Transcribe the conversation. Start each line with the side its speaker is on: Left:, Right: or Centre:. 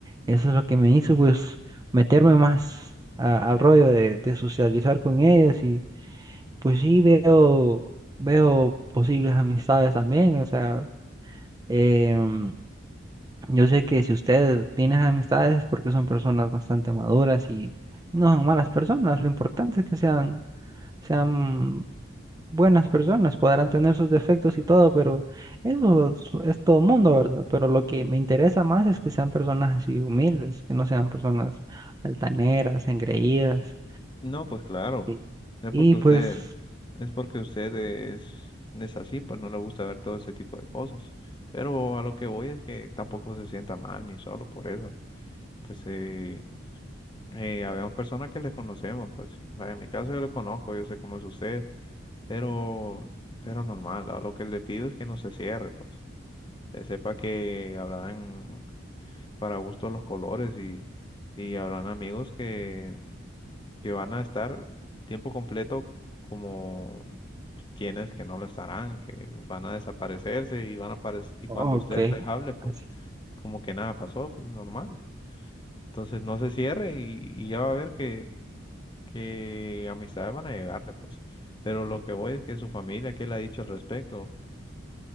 Right: eso es lo que me hizo pues meterme más a- al rollo de, de socializar con ellos y pues sí veo, veo posibles amistades también, o sea, em, yo sé que si usted tiene esas amistades es porque son personas bastante maduras y no son malas personas. Lo importante es que sean, sean buenas personas. Podrán tener sus defectos y todo, pero eso es, es todo mundo, ¿verdad? Pero lo que me interesa más es que sean personas así humildes, que no sean personas altaneras, engreídas.
Left: No, pues claro.
Right: Y,
Left: Es porque
Right: y
Left: usted,
Right: pues,
Left: es porque usted es, es así, pues no le gusta ver todo ese tipo de cosas. Pero a lo que voy es que tampoco se sienta mal ni solo por eso. Pues eh, eh, habemos personas que les conocemos, pues sí. Vaya, En mi caso yo le conozco, yo sé cómo es usted, pero, pero normal. A lo que le pido es que no se cierre, pues. Que sepa que habrán para gusto los colores y, y habrán amigos que que van a estar tiempo completo como quienes que no lo estarán, que van a desaparecerse y van a aparecer, y cuando
Right: ok.
Left: usted les hable, pues
Right: así.
Left: como que nada pasó, pues normal. Entonces no se cierre y, y ya va a ver que, que amistades van a llegarle, pues. Pero lo que voy es que su familia, ¿qué le ha dicho al respecto?